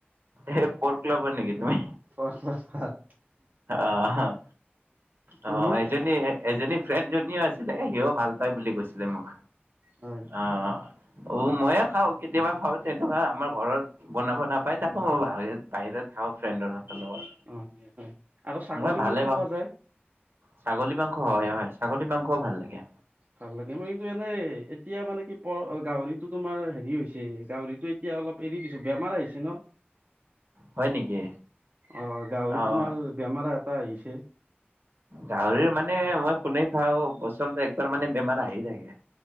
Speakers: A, on the right; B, on the right.
A: এই পৰ ক্লাব নেকি তুমি।
B: পৰ ক্লাব কাৰ।
A: অঁ
B: তুমি
A: অঁ এইজন। এজনী ফ্ৰেণ্ডজনীও আছিলে সি ভাল পায় বুলি কৈছিলে মোক।
B: হয়
A: আহঁ। অঁ ময়ে খাওঁ কেতিয়াবা খাওঁ তেনেকুৱা আমাৰ ঘৰত বনাব নাপায় তাকো মই বাহিৰত খাওঁ ফ্ৰেণ্ডৰ লগত
B: অ হয় হয় আৰু ছাগলী
A: মই ভালেই
B: মাংস
A: পাওঁ
B: খোৱা যায়
A: ছাগলী মাংস। হয় হয়। ছাগলী মাংসও ভাল লাগে
B: ভাল লাগে মই কিন্তু এনেই। এতিয়া মানে কি পক গাহৰিত তো তোমাৰ হেৰি হৈছে গাহৰিতটো এতিয়া অলপ এৰি দিছো বেমাৰ আহিছে অ
A: হয় নেকি?
B: অ গাহৰিত
A: অ'
B: তোমাৰ বেমাৰ এটা আহিছে
A: গাহৰি মানে মই কোনে ভাওঁ বছৰতে একবাৰ মানে বেমাৰ আহি থাকে